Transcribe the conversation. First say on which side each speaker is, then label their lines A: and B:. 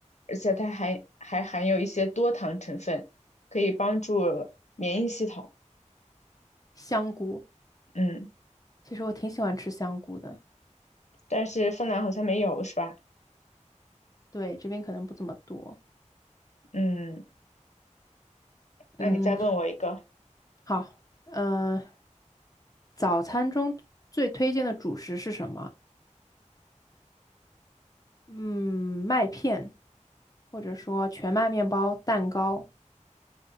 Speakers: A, on the left; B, on the left.
A: 而且它还还含有一些多糖成分，可以帮助免疫系统。
B: 香菇，
A: 嗯，
B: 其实我挺喜欢吃香菇的。
A: 但是芬兰好像没有，是吧？
B: 对，这边可能不怎么多。
A: 嗯，那你再问我一个。
B: 嗯，好，嗯呃，早餐中最推荐的主食是什么？嗯，麦片，或者说全麦面包、蛋糕。